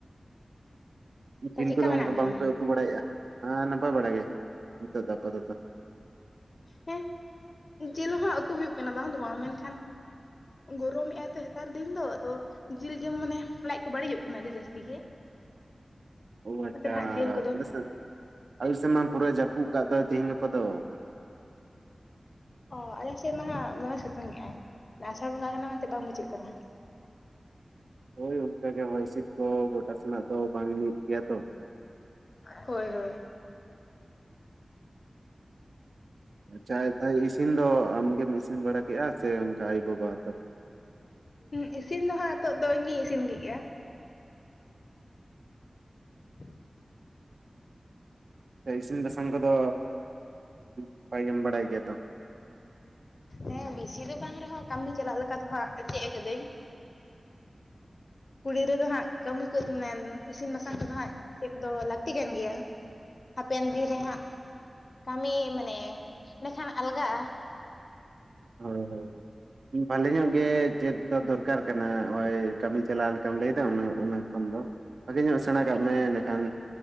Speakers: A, on the right (about 85°); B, on the left (about 55°).
A: ᱡᱤᱞ
B: ᱛᱚ ᱪᱮᱫᱠᱟ
A: ᱠᱚᱫᱚ
B: ᱢᱮᱱᱟᱜ
A: ᱚᱱᱠᱟ
B: ᱢᱮᱭᱟ?
A: ᱵᱟᱝᱯᱮ ᱩᱛᱩ ᱵᱟᱲᱟᱭᱮᱜ-ᱟ ᱟᱨ ᱱᱟᱯᱟᱭ ᱵᱟᱲᱟ ᱜᱮ ᱱᱤᱛᱚᱜ ᱫᱚ ᱟᱯᱟᱛᱚᱛᱚ ᱾
B: ᱦᱮᱸ, ᱡᱮᱞ ᱦᱟᱸᱜ ᱩᱛᱩ ᱦᱩᱭᱩᱜ ᱠᱟᱱᱟ ᱵᱟᱝ ᱫᱚ ᱵᱟᱝ ᱢᱮᱱᱠᱷᱟᱱ ᱜᱚᱨᱚᱢᱮᱜ-ᱟᱭ ᱛᱚ ᱦᱮᱛᱟᱨ ᱫᱤᱱ ᱫᱚ ᱟᱫᱚ ᱡᱤᱞ ᱡᱚᱢ ᱢᱟᱱᱮ ᱞᱟᱡ ᱠᱚ ᱵᱟᱹᱲᱤᱡᱚᱜ ᱠᱟᱱᱟ ᱟᱹᱰᱤ ᱡᱟᱹᱥᱛᱤ ᱜᱮ᱾
A: ᱳ ᱟᱪᱪᱷᱟ,
B: ᱚᱱᱟᱛᱮ ᱦᱟᱸᱜ ᱡᱤᱞ ᱠᱚᱫᱚ
A: ᱟᱞᱮ ᱥᱮᱫ? ᱟᱞᱮ ᱥᱮᱱ ᱢᱟ ᱯᱩᱨᱟᱹᱭ ᱡᱟᱹᱯᱩᱜ ᱠᱟᱜ ᱫᱚᱭ ᱛᱤᱦᱤᱧ ᱜᱟᱯᱟ ᱫᱚ᱾
B: ᱚ ᱟᱞᱮ ᱥᱮᱫ ᱢᱟ ᱦᱟᱸᱜ ᱫᱚᱢᱮ ᱥᱤᱛᱩᱝᱮᱜ-ᱟᱭ, ᱚᱱᱟ ᱟᱥᱟᱲ ᱵᱚᱸᱜᱟ ᱠᱟᱱᱟ ᱢᱮᱱᱛᱮ ᱵᱟᱝ ᱵᱩᱡᱷᱟᱹᱜ ᱠᱟᱱᱟ᱾
A: ᱳᱭ ᱚᱱᱠᱟ ᱜᱮ ᱦᱚᱭ ᱦᱤᱥᱤᱫ ᱠᱚ ᱜᱚᱴᱟ ᱥᱮᱱᱟᱜ ᱫᱚ ᱵᱟᱝ ᱢᱤᱫ ᱜᱮᱭᱟ ᱛᱚ᱾
B: ᱦᱳᱭ ᱦᱳᱭ᱾
A: ᱪᱟᱭ ᱛᱟᱭ ᱤᱥᱤᱱ ᱫᱚ ᱟᱢᱜᱮᱢ ᱤᱥᱤᱱ ᱵᱟᱲᱟ ᱠᱮᱜᱼᱟ ᱥᱮ ᱚᱱᱠᱟ ᱟᱭᱳ ᱵᱟᱵᱟ ᱛᱟᱠᱚ?
B: ᱦᱩᱸ ᱤᱥᱤᱱ ᱫᱚ ᱦᱟᱸᱜ ᱱᱤᱛᱚᱜ ᱫᱚ ᱤᱧᱜᱤᱧ ᱤᱥᱤᱱ ᱠᱮᱜ ᱜᱮᱭᱟ᱾ ᱦᱮᱸ <unintelligible>
A: ᱮ ᱤᱥᱤᱱ ᱵᱟᱥᱟᱝ ᱠᱚᱫᱚ, ᱱᱟᱯᱟᱭ ᱜᱮᱢ ᱵᱟᱲᱟᱭ ᱜᱮᱭᱟ ᱛᱚ᱾
B: ᱦᱮᱸ ᱵᱮᱥᱤ ᱫᱚ ᱵᱟᱝ ᱨᱮᱦᱚᱸ ᱠᱟᱹᱢᱤ ᱪᱟᱞᱟᱜ ᱞᱮᱠᱟ ᱫᱚ ᱦᱟᱸᱜ ᱪᱮᱜ ᱟᱠᱟᱹᱫᱟᱹᱧ᱾ ᱠᱩᱲᱤ ᱨᱮᱫᱚ ᱦᱟᱸᱜ ᱠᱟᱹᱢᱤ ᱠᱚ ᱢᱮᱱ ᱤᱥᱤᱱ ᱵᱟᱥᱟᱝ ᱠᱚᱫᱚ ᱦᱟᱸᱜ ᱪᱮᱫ ᱫᱚ ᱞᱟᱹᱠᱛᱤ ᱠᱟᱱ ᱜᱮᱭᱟ᱾ ᱦᱟᱯᱮᱱ ᱫᱤᱱ ᱨᱮ ᱦᱟᱸᱜ ᱠᱟᱹᱢᱤ ᱢᱟᱱᱮ ᱮᱱᱰᱮ ᱠᱷᱟᱱ ᱟᱞᱜᱟᱜ-ᱟ᱾
A: ᱦᱳᱭ ᱦᱳᱭ ᱦᱳᱭ᱾ ᱵᱷᱟᱞᱤ ᱧᱚᱜ ᱜᱮ ᱪᱮᱫ ᱫᱚ ᱫᱚᱨᱠᱟᱨ ᱠᱟᱱᱟ ᱱᱚᱜ-ᱚᱭ ᱠᱟᱹᱢᱤ ᱪᱟᱞᱟᱣ ᱞᱮᱠᱟᱢ ᱞᱟᱹᱭ ᱮᱫᱟ ᱚᱱᱟ ᱚᱱᱟ ᱠᱷᱚᱱ ᱫᱚ᱾ ᱵᱷᱟᱜᱮ ᱧᱚᱜ ᱥᱮᱬᱟ ᱠᱟᱜ ᱢᱮ ᱮᱸᱰᱮ ᱠᱷᱟᱱ